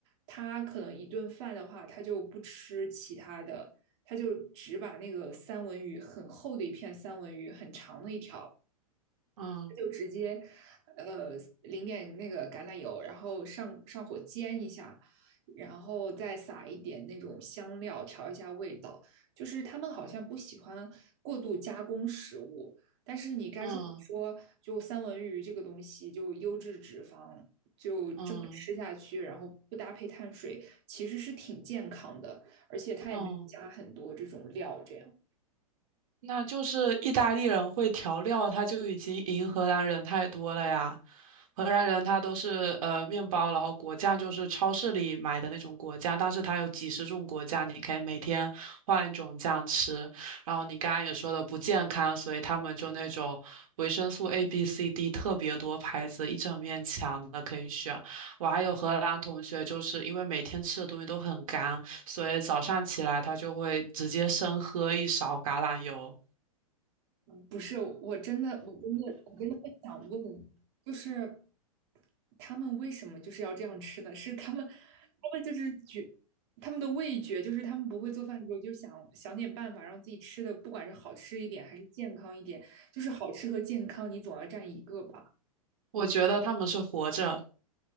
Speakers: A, on the right (about 45°); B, on the right (about 65°).
A: 他可能一顿饭的话，他就不吃其他的，他就只把那个三文鱼很厚的一片三文鱼，很长的一条。
B: 嗯
A: 就直接呃淋点那个橄榄油，然后上上火煎一下，然后再撒一点那种香料调一下味道。就是他们好像不喜欢过度加工食物，但是你该说不说，
B: 嗯
A: 就三文鱼这个东西，就优质脂肪。就这么吃下去，
B: 嗯
A: 然后不搭配碳水，其实是挺健康的，而且它也没加很多这种料，
B: 嗯，
A: 这样。
B: 那就是意大利人会调料，他就已经赢荷兰人太多了呀。荷兰人他都是呃面包，然后果酱就是超市里买的那种果酱，但是它有几十种果酱，你可以每天换一种酱吃。然后你刚刚也说的不健康，所以他们就那种维生素 A、B、C、D 特别多牌子，一整面墙的可以选。我还有荷兰同学，就是因为每天吃的东西都很干，所以早上起来他就会直接生喝一勺橄榄油。
A: 不是，我真的，我真的，我真的会想问，就是他们为什么就是要这样吃呢？是他们，他们就是觉，他们的味觉就是他们不会做饭的时候就想想点办法让自己吃的，不管是好吃一点还是健康一点，就是好吃和健康你总要占一个吧。
B: 我觉得他们是活着。